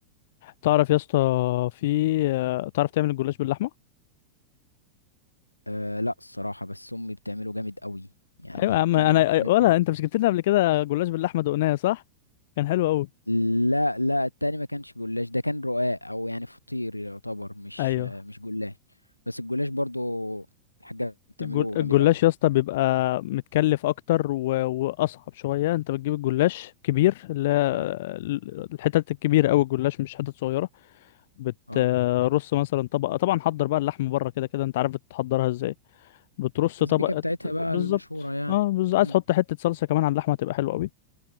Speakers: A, on the left; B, on the left.
A: تعرف يا اسطى في آه، تعرف تعمل الجلاش باللحمه
B: أه لا الصراحة بس أمي بتعمله جامد قوي يعني
A: ايوه يا عم
B: بتعمل
A: انا
B: شوية
A: أي- ولا
B: جل...
A: انت مش جبت لنا قبل كده جلاش باللحمه دقناه صح كان حلو قوي
B: لا لا التاني ما كانش جلاش ده كان رقاق أو يعني فطير يعتبر مش
A: ايوه
B: آه، مش جلاش بس الجلاش برضو الحاجة بتعمله
A: الجل- الجلاش
B: جامد قوي
A: يا اسطى بيبقى متكلف اكتر و... واصعب شويه انت بتجيب الجلاش كبير اللي هي
B: اه
A: الحتت الكبيره او الجلاش مش حتت صغيره بترص
B: اه
A: مثلا طبقه طبعا حضر بقى اللحم بره كده كده انت عارف بتحضرها ازاي بترص
B: التسبيكة
A: طبقه
B: بتاعتها بقى
A: بالظبط
B: المشهورة يعني
A: اه بالظبط
B: مم.
A: عايز تحط حته صلصه كمان على اللحمه تبقى حلوه قوي